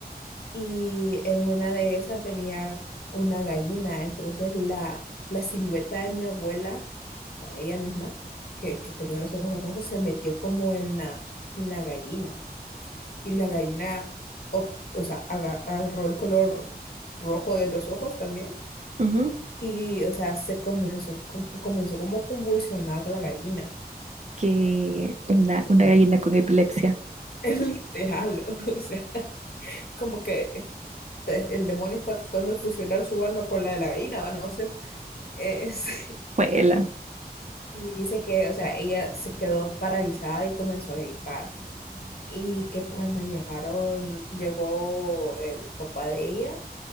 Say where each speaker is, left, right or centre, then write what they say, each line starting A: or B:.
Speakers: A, on the left (about 70°); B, on the right (about 45°).
A: Y en una de esas venía una gallina, entonces la, la silueta de mi abuela, o sea, ella misma, que, que tenía los ojos rojos, se metió como en la, en la gallina. y la gallina, o, o sea, aga- agarró el color rojo de los ojos también
B: ujú,
A: y, o sea, se comenzó, com- comenzó como a convulsionar la gallina,
B: que una, una gallina con epilepsia.
A: <laughs> literal, o sea, como que te- el demonio está tratando de fusionar su alma con la de la gallina, ¿va? no sé. Es- <laughs>
B: Fue la
A: y dice que, o sea, ella se quedó paralizada y comenzó a gritar. Y que cuando llegaron, llegó el papá de ella